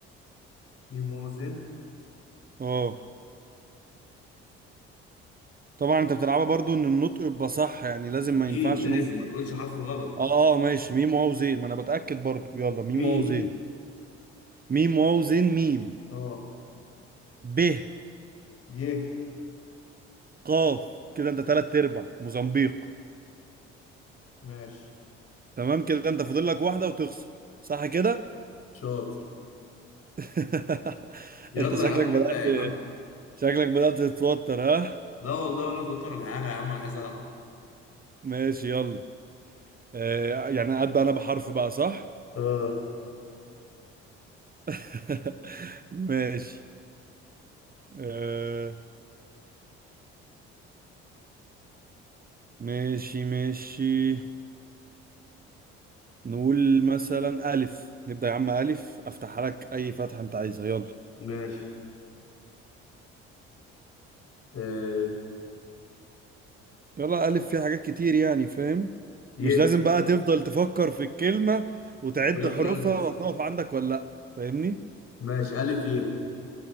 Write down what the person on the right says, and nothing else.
اه طبعا انت بتلعبها برضو ان النطق يبقى صح يعني لازم
ما ينفعش
نقوم
اه اه ماشي ميم واو زين ما انا بتأكد برضو يلا ميم
واو زين ميم واو زين ميم
ب
قاف كده انت تلات ارباع موزمبيق
تمام كده انت فاضل لك واحدة وتخسر صح كده
<laughs>
انت شكلك
بدأت
شكلك بدأت تتوتر ها
ماشي يلا آه يعني ابدأ انا بحرف بقى صح
<laughs> ماشي آه ماشي ماشي نقول مثلا ألف نبدأ يا عم ألف أفتح لك أي فتحة أنت عايزها يلا
يلا ألف فيها حاجات كتير يعني فاهم
مش لازم بقى تفضل تفكر في الكلمة وتعد
حروفها
وهتقف عندك ولا لأ فاهمني